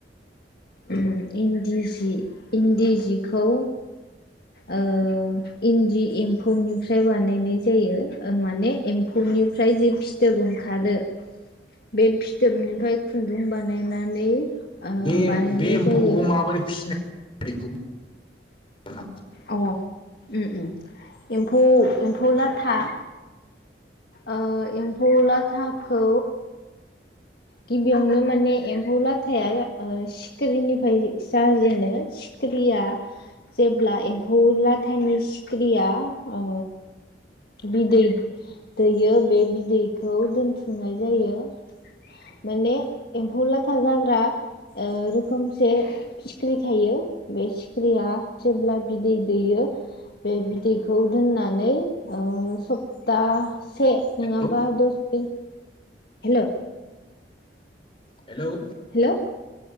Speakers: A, on the left; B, on the left.
A: उम इन्दि सि इन्दि सिखौ ओ इन्दि एम्फौनिफ्राय बानायनाय जायो। माने एम्फौनिफ्राय जि फिथोब ओंखारो बे फि फिथोबनिफ्राय खुन्दुं बानायनानै
B: बे
A: बानायनाय
B: बे एम्फौखौ
A: जायो।
B: <unintelligible> बेखौ <inaudible>
A: अ ओम ओम एम्फौ एम्फौ लाथा ओ एम्फौ लाथाखौ गिबियावनो माने एम्फौ लाथाया सिखिरिनिफ्राय जाजेनो सिखिरिया जेब्ला एम्फौ लाथायनि सिखिरिया ओ बिदै दैयो बे बिदैखौ दोनथुमनाय जायो। माने एम्फौ लाथा जाग्रा ओ रोखोमसे सिख्रि थायो बे सिखिरिया जेब्ला बिदै दैयो बे बिदैखौ दोननानै ओ सप्ता से नङाबा
B: हेलौ
A: दस दिन हेलौ
B: हेलौ
A: हेलौ